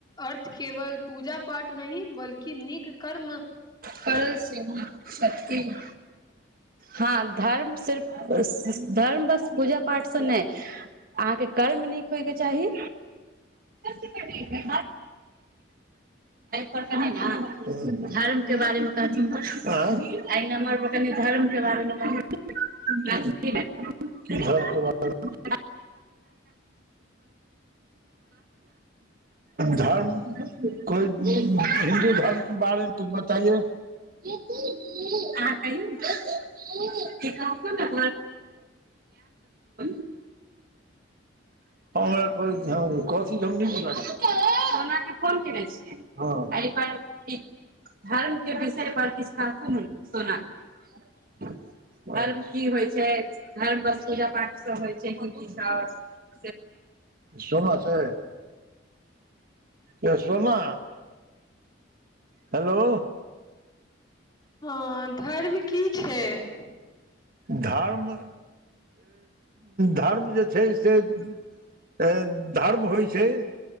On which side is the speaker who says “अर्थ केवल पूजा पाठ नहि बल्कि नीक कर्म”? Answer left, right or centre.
Left